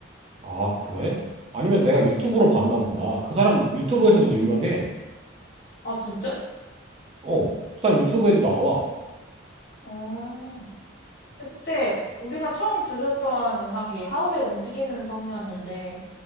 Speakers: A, on the right; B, on the left.
A: 아, 그래? 아니면 내가 유튜브로 봤나 보다. 그 사람 유튜브에서도 유명해.
B: 아, 진짜?
A: 어, 그 사람 유튜브에도 나와.
B: 어. 근데 그때 우리가 처음 들었던 음악이 하울의 움직이는 성이었는데